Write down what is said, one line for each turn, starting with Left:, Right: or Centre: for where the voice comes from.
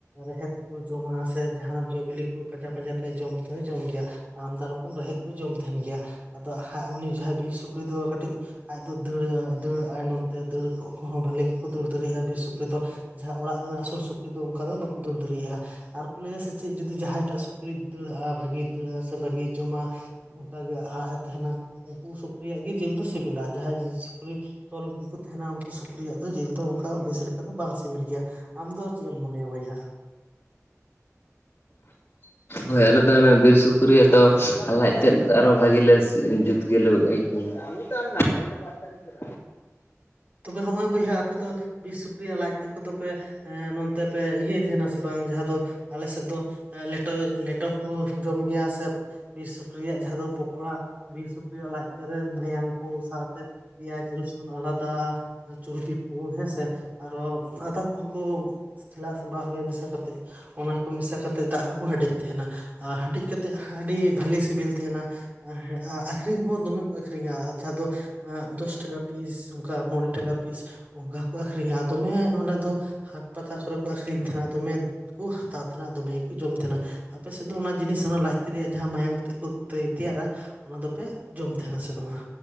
Right: ᱨᱮᱦᱮᱫ ᱠᱚ ᱡᱚᱢᱟ ᱥᱮ ᱡᱟᱦᱟᱱᱟᱜ ᱡᱚ ᱵᱤᱞᱤ ᱠᱚ ᱯᱟᱸᱡᱟ ᱯᱟᱸᱡᱟ ᱛᱮ ᱡᱚᱢ ᱫᱚᱭ ᱡᱚᱢ ᱜᱮᱭᱟ ᱟᱢᱢᱫᱟ ᱨᱚᱠᱚᱢ ᱨᱮᱦᱮᱫ ᱠᱚ ᱡᱚᱢ ᱛᱟᱦᱮᱱ ᱜᱮᱭᱟ ᱟᱫᱚ ᱦᱟᱸᱜ ᱩᱱᱤ ᱡᱟᱦᱟᱸᱭ ᱵᱤᱨ ᱥᱩᱠᱨᱤ ᱫᱚ ᱠᱟᱹᱴᱤᱡ ᱫ <inaudible> ᱫᱟᱹᱲᱟᱜᱟᱭ ᱱᱚᱛᱛᱮ ᱫᱟᱹᱲ ᱠᱚᱦᱚᱸ ᱵᱷᱷᱟᱞᱤ ᱜᱮᱠᱚ ᱫᱟᱹᱲ ᱫᱟᱲᱮᱭᱟᱜᱼᱟ ᱵᱤᱨ ᱥᱩᱠᱨᱤ ᱫᱚ ᱡᱟᱦᱟᱸ ᱚᱲᱟᱜ ᱨᱮᱱᱟᱜ ᱟᱹᱥᱩᱞ ᱥᱩᱠᱨᱤ ᱫᱚ ᱚᱱᱠᱟ ᱫᱚ ᱵᱟᱠᱚ ᱫᱟᱹᱲ ᱫᱟᱲᱮᱭᱟᱜᱼᱟ ᱟᱨ ᱠᱚ ᱞᱟᱹᱭᱟ ᱥᱮ ᱪᱮᱫ ᱡᱩᱫᱤ ᱡᱟᱦᱟᱸᱭ ᱴᱟᱜ ᱥᱩᱠᱨᱤᱤᱭ ᱫᱟᱹᱲᱟᱜᱼᱟ ᱵᱷᱟᱜᱮᱭ ᱫᱟᱹᱲᱟᱼᱟ ᱥᱮ ᱵᱷᱟᱜᱤᱭ ᱡᱚᱢᱟ ᱚᱱᱠᱟᱜᱮ ᱟᱜ ᱮ ᱛᱟᱦᱮᱱᱟ ᱩᱱᱠᱩ ᱥᱩᱠᱨᱤᱭᱟᱜ ᱜᱮ ᱡᱤᱞ ᱫᱚ ᱥᱤᱵᱤᱞᱟ ᱡᱟᱦᱟᱸᱭ ᱥᱩᱠᱨᱤ ᱛᱚᱞ ᱠᱚᱠᱚ ᱛᱟᱦᱮᱱᱟ ᱩᱱᱠᱩ ᱥᱩᱠᱨᱤᱭᱟᱜ ᱫᱚ ᱡᱤᱞ ᱫᱚ ᱚᱱᱠᱟ ᱵᱮᱥ ᱞᱮᱠᱟ ᱫᱚ ᱵᱟᱝ ᱥᱤᱵᱤᱞ ᱜᱮᱭᱟ ᱟᱢ ᱫᱚ ᱪᱮᱫ ᱮᱢ ᱢᱚᱱᱮᱭᱟ ᱵᱚᱭᱦᱟ
Left: ᱦᱳᱭ ᱟᱞᱮᱫᱚ ᱚᱱᱟ ᱵᱤᱨ ᱥᱩᱠᱨᱤᱭᱟᱜ ᱫᱚ ᱞᱟᱡ ᱛᱮᱫ ᱟᱨᱚ ᱵᱷᱟᱜᱤ ᱞᱮ ᱡᱩᱛ ᱜᱮᱞᱮ ᱟᱹᱭᱠᱟᱹᱣᱟ ᱪᱟᱞ <inaudible> ᱟ ᱫᱚ ᱯᱟᱸᱪ ᱴᱟᱠᱟ ᱠᱮᱫ
Right: ᱛᱚᱵᱮ ᱦᱚᱸᱜᱼᱚᱭ ᱵᱚᱭᱦᱟ ᱟᱯᱮ ᱫᱚ ᱵᱤᱨ ᱥᱩᱠᱨᱤᱭᱟᱜ ᱞᱟᱡ ᱛᱮᱫ ᱠᱚᱫᱚ ᱯᱮ ᱮ ᱱᱚᱱᱛᱮ ᱯᱮ ᱤᱭᱟᱹᱭ ᱛᱟᱦᱮᱱᱟ ᱥᱮ ᱵᱟᱝ ᱡᱟᱦᱟᱸ ᱫᱚ ᱟᱞᱮ ᱥᱮᱫ ᱫᱚ ᱞᱮᱴᱚ ᱞᱮᱴᱚ ᱦᱚᱸᱠᱚ ᱡᱚᱢ ᱜᱮᱭᱟ ᱥᱮ ᱵᱤᱨ ᱥᱩᱠᱨᱤᱭᱟᱜ ᱡᱟᱦᱟᱸ ᱫᱚ ᱯᱚᱠᱚᱲᱟ ᱵᱤᱨ ᱥᱩᱠᱨᱤᱭᱟᱜ ᱞᱟᱡ ᱛᱮᱨᱮ ᱢᱟᱭᱟᱝ ᱠᱚ ᱥᱟᱶᱛᱮ ᱯᱮᱸᱭᱟᱡᱽ ᱨᱚᱥᱩᱱ ᱟᱞᱟᱫᱟ ᱪᱩᱨᱵᱤ ᱠᱚ ᱦᱮᱸ ᱥᱮ ᱟᱨᱚ ᱟᱫᱟ ᱠᱚᱦᱚᱸ ᱠᱚ ᱴᱷᱮᱞᱟᱣ ᱥᱟᱢᱵᱟᱜ ᱜᱮᱭᱟ ᱢᱮᱥᱟ ᱠᱟᱛᱮᱮᱫ ᱚᱱᱟ ᱠᱚ ᱢᱮᱥᱟ ᱠᱟᱛᱮᱫ ᱫᱟᱜ ᱨᱮᱠᱚ ᱦᱮᱰᱮᱡ ᱛᱟᱦᱮᱱᱟ ᱟᱨ ᱦᱮᱰᱮᱡ ᱠᱟᱛᱮᱫ ᱟᱹᱰᱤ ᱵᱷᱟᱞᱤ ᱥᱤᱵᱤᱞ ᱛᱟᱦᱮᱱᱟ ᱾ ᱟᱠᱷᱨᱤᱧ ᱠᱚᱦᱚᱸ ᱫᱚᱢᱮ ᱠᱚ ᱟᱹᱠᱷᱨᱤᱧᱟ ᱡᱟᱦᱟᱸ ᱫᱚ ᱫᱚᱥ ᱴᱟᱠᱟ ᱯᱤᱥ ᱚᱱᱠᱟ ᱢᱚᱬᱮ ᱴᱟᱠᱟ ᱯᱤᱥ ᱚᱱᱠᱟ ᱠᱚ ᱟᱹᱠᱷᱨᱤᱧᱟ ᱫᱚᱢᱮ ᱚᱸᱰᱮ ᱫᱚ ᱦᱟᱴ ᱯᱟᱛᱟ ᱠᱚᱨᱮ ᱠᱚ ᱟᱹᱠᱷᱨᱤᱧ ᱛᱟᱦᱮᱱᱟ ᱫᱚᱢᱮ ᱠᱚ ᱦᱟᱛᱟᱣ ᱛᱟᱦᱮᱱᱟ ᱫᱚᱢᱮ ᱜᱮᱠᱚ ᱡᱚᱢ ᱛᱟᱦᱮᱱᱟ ᱾ ᱟᱯᱮ ᱥᱮᱫ ᱫᱚ ᱚᱱᱟ ᱡᱤᱱᱤᱥ ᱚᱱᱟ ᱞᱟᱡ ᱛᱮᱜ ᱨᱮᱭᱟᱜ ᱡᱟᱦᱟᱸ ᱢᱟᱭᱟᱢ ᱛᱮ ᱠᱚ ᱛᱮᱭᱟᱨᱟ ᱚᱱᱟ ᱫᱚᱯᱮ ᱡᱚᱢ ᱛᱟᱦᱮᱱᱟ ᱥᱮ ᱵᱟᱝᱟ?